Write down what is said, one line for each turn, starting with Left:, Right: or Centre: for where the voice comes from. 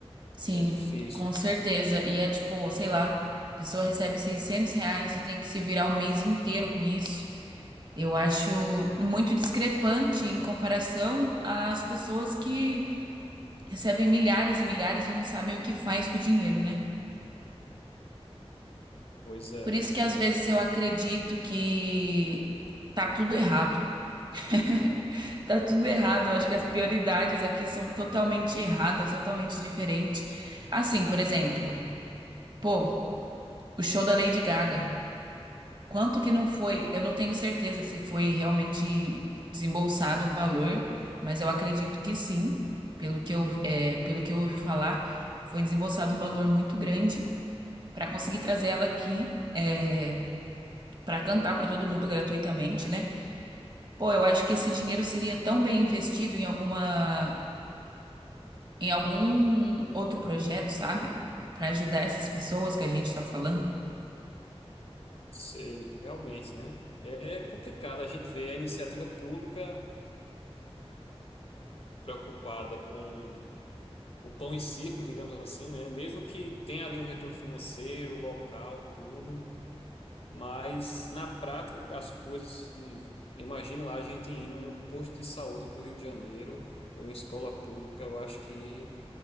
Right: Sim,
Left: É difícil.
Right: com certeza. E é tipo, sei lá, a pessoa recebe 600 reais e tem que se virar o mês inteiro com isso. Eu acho muito discrepante em comparação às pessoas que recebem milhares e milhares e não sabem o que faz com o dinheiro, né?
Left: Pois é,
Right: Por isso que às
Left: pois
Right: vezes
Left: é.
Right: eu acredito que tá tudo errado. <laughs> Tá tudo errado.
Left: Ah,
Right: Eu acho que as prioridades aqui são totalmente erradas, totalmente diferentes. Assim, por exemplo, pô, o show da Lady Gaga. Quanto que não foi? Eu não tenho certeza se foi realmente desembolsado um valor, mas eu acredito que sim, pelo que eu, é, pelo que eu ouvi falar, foi desembolsado um valor muito grande para conseguir trazer ela aqui, é, para cantar para todo mundo gratuitamente, né? Pô, eu acho que esse dinheiro seria tão bem investido em alguma, em algum outro projeto, sabe? Para ajudar essas pessoas que a gente está falando.
Left: sei, realmente, né? É complicado a gente ver a iniciativa pública preocupada com o pão e circo, digamos assim, né? Mesmo que tenha ali um retorno financeiro, local, tudo, Mas na prática, as coisas se. Imagina lá a gente indo em um posto de saúde do Rio de Janeiro ou em uma escola pública, eu acho que